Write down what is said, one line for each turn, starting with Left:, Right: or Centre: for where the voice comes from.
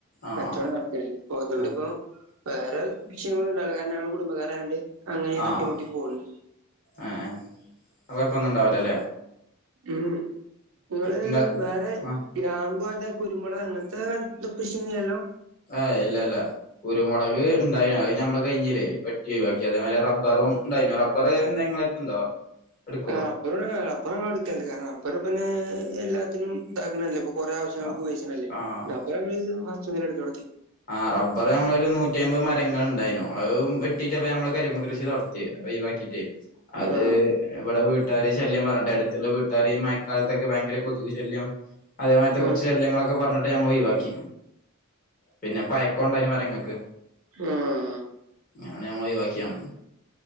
Left: ആഹ്
Right: കച്ചോടം നടത്തൽ ഇപ്പൊ അതോണ്ടിപ്പോ
Left: ആഹ്
Right: വേറെ വിഷയങ്ങളണ്ടവൂല്ല കാരണം ഞങ്ങൾ കുടുംബക്കാരായോണ്ട് അങ്ങനെ
Left: ആഹ്
Right: തട്ടിമുട്ടി പോണ്
Left: ആഹ് അത് കൊയപ്പം ഒന്നും ഉണ്ടാവൂല്ലല്ലേ
Right: ഉം നിങ്ങള്
Left: ഇങ്ങള്
Right: വേറെ
Left: ആഹ്
Right: ഗ്രാമ്പു അങ്ങനത്തെ കുരുമുളക് അങ്ങനത്തെ കൃഷില്ലല്ലോ
Left: ആഹ് ഇല്ല ഇല്ല കുരുമുളക് ഉണ്ടായിന അത് നമ്മൾ കഴിഞ്ഞില്ലേ വെട്ടി ഒഴിവാക്കി അതേ റബ്ബറും ഉണ്ടായിനു റബ്ബ റബ്ബർ എന്തേ ഇങ്ങളെട്ത്ത്ണ്ടോ എടുക്കോ
Right: ആഹ് റബ്ബറ് റബ്ബർ ഞങ്ങൾ എടുക്കല്ണ്ട് കാരണം റബ്ബർ പിന്നെ എല്ലാത്തിനും ഇതാക്കണല്ലേ കുറേ ആവശ്യങ്ങൾക്ക്
Left: ആഹ്
Right: ഉപയോഗിച്ചിനല്ലേ
Left: ആഹ്
Right: റബ്ബർ ഞങ്ങൾ ഫസ്റ്റ് മുതൽ എടുക്കലൊടത്തി
Left: ആ റബ്ബർ നമ്മളൊരു നൂറ്റിയമ്പത് മരങ്ങൾ ഇണ്ടായിനു അത് വെട്ടിട്ടപ്പ നമ്മള് കരിമ്പ് കൃഷി തുട തെ ഒയിവാക്കിറ്റേ അത്
Right: ആഹ്
Left: ഇവിടെ വീട്ടുകാർ ശല്യം പറഞ്ഞിട്ടെ അടുത്തുള്ള വീട്ടുകാര് മയക്കാലത്തൊക്കെ ഭയങ്കര കൊതുകു ശല്യം അതേമാ ത്തെ
Right: ആഹ്
Left: കുറച്ച് ശല്യങ്ങളൊക്കെ പറഞ്ഞിട്ട് ഞമ്മൾ ഒയിവാക്കി പിന്നെ പായൊക്കം ഉണ്ടായിനു മരങ്ങൾക്ക്
Right: ആഹ്
Left: അങ്ങനെ നമ്മൾ ഒയിവാക്കിയാണ്